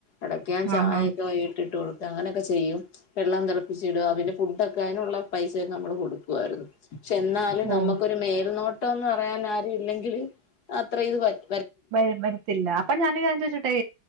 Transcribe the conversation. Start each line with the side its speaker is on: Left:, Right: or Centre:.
Left: ഇടക്ക് ഞാൻ ചായ
Right: ആഹാ
Left: ക്കെ വൈകിട്ട് ഇട്ട് കൊടുക്കും. അങ്ങനൊക്കെ ചെയ്യും. വെള്ളം തിളപ്പിച്ചിടുക. പിന്നെ ഫുഡൊക്കെ അതിനുള്ള പൈസയൊക്കെ നമ്മള് കൊടുക്കുവായിരുന്നു. ക്ഷെ എന്നാലും
Right: ഓ
Left: നമുക്കൊരു മേൽനോട്ടം ന്ന് പറയാൻ ആരു ല്ലെങ്കില് അത്ര ഇത് പറ്റ
Right: വ വരത്തില്ല. അപ്പൊ ഞാനരു കാര്യം ചോചോട്ടേ.